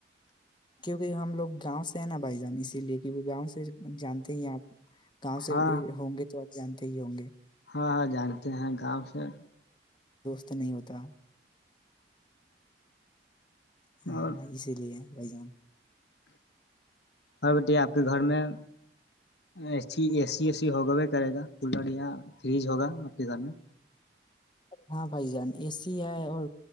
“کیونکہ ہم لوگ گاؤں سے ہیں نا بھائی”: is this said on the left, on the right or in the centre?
Left